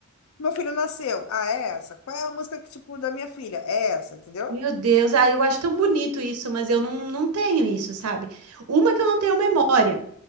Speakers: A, on the left; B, on the right.
A: meu filho nasceu? Ah, é essa. Qual é a música que, tipo, da minha filha? É essa, entendeu?
B: meu Deus, ah, eu acho tão bonito isso, mas eu não, não tenho isso, sabe? Uma que eu não tenho memória.